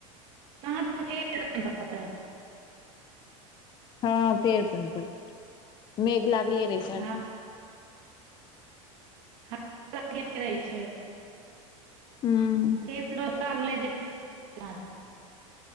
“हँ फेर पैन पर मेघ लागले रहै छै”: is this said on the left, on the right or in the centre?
Left